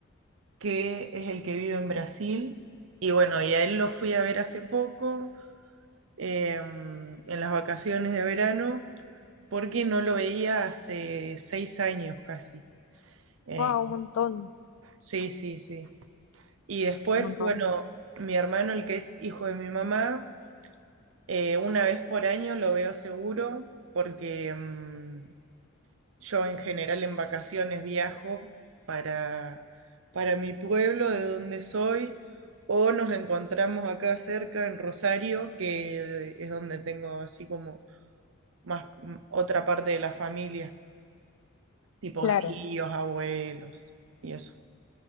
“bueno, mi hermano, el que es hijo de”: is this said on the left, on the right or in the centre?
Right